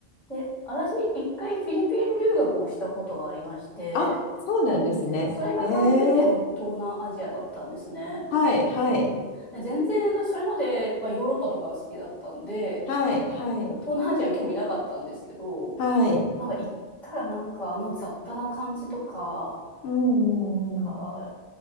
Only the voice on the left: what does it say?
あ、そうなんですね。
えー、はい、はい、
はい、はい、
はい。
うん、
うん、うん。